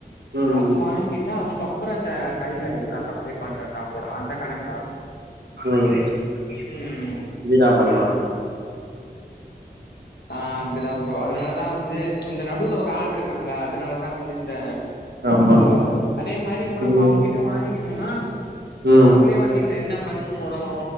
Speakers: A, on the right; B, on the left.
A: ம்
B: அது வாங்கிட்டு அது கப்பரோ அந்த கறி கடைக்குலா சப்ளை பண்றத்தா போல அந்த கணக்கு தா
A: ம்
B: ம்
A: <unintelligible>
B: ஆ அப்டிதா ப்ரோ அதனாலதா வந்து இந்த நடுல ஒரு ஆள் இருக்காங்கள அதனாலதா வந்து இந்த
A: ஆமா
B: இதுவா வருது அதே மாரி இப்ப நம்போ
A: ம்
B: அவுங்கிட்ட வாங்கிக்கிட்டு னா
A: ம்
B: அவங்களே வந்து இந்த என்ன ம மருந்து போடணு